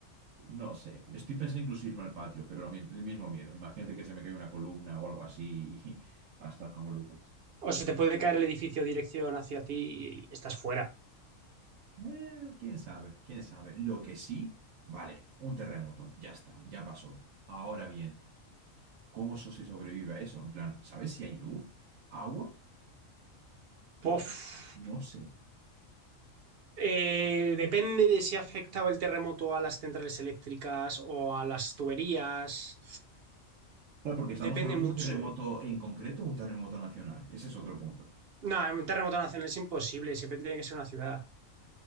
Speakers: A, on the right (about 80°); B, on the right (about 55°).
A: No sé, estoy pensando incluso irme al patio, pero lo mis- el mismo miedo. Imagínate que se me cae una columna o algo así y <laughs> hasta luego, Lucas.
B: O se te puede caer el edificio dirección hacia ti y estás fuera.
A: Eh, quién sabe, quién sabe. Lo que sí, vale, un terremoto, ya está, ya pasó. Ahora bien, ¿cómo eso se sobrevive a eso? En plan, ¿sabes si hay luz? ¿Agua? En
B: Pof.
A: plan, no sé.
B: Eh, depende de si afectaba el terremoto a las centrales eléctricas o a las tuberías.
A: Claro, porque estamos
B: Depende
A: hablando
B: mucho,
A: de un terremoto
B: ¿eh?
A: en concreto o un terremoto nacional. Ese es otro punto.
B: No, en un terremoto nacional es imposible, siempre tiene que ser una ciudad.